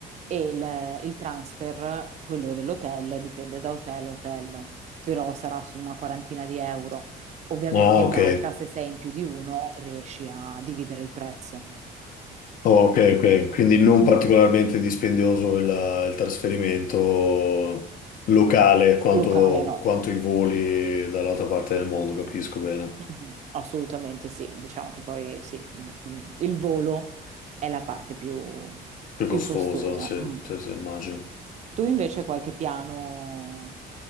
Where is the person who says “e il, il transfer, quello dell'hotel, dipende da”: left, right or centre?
Right